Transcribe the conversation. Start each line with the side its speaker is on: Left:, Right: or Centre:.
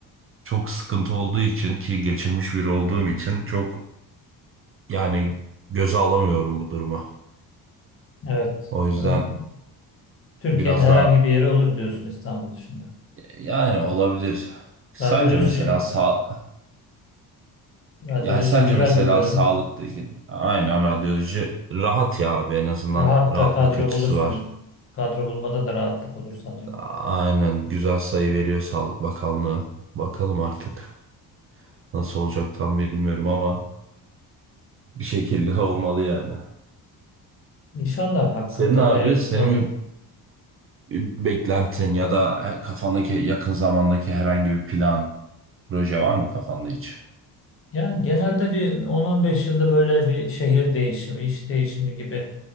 Right: çok sıkıntı olduğu için ki geçirmiş biri olduğum için çok yani göze alamıyorum bu durumu.
Left: Evet.
Right: O yüzden
Left: Ben- Türkiye'nin
Right: biraz
Left: herhangi
Right: daha
Left: bir yeri olur diyorsun İstanbul dışında.
Right: yani olabilir. Sence
Left: Radyoloji,
Right: mesela sağ
Left: radyoloji
Right: yani sence
Left: güzel
Right: mesela
Left: bir bölüm.
Right: sağlıkla ilgili aynen radyoloji rahat ya abi en azından
Left: Rahat
Right: rahatlık
Left: da kadro
Right: açısı
Left: bulursun.
Right: var.
Left: Kadro bulmada da rahatlık olur sanırım.
Right: Aynen güzel sayı veriyor Sağlık Bakanlığı. Bakalım artık nasıl olacak tam bilmiyorum ama bir şekilde <laughs> olmalı yani.
Left: İnşallah hakkında
Right: Senin abi
Left: hayırlısı
Right: senin
Left: olur.
Right: bir bir beklentin ya da e, kafandaki yakın zamandaki herhangi bir plan, proje var mı kafanda hiç?
Left: Yani genelde bir 10 beş yılda böyle bir şehir değişimi, iş değişimi gibi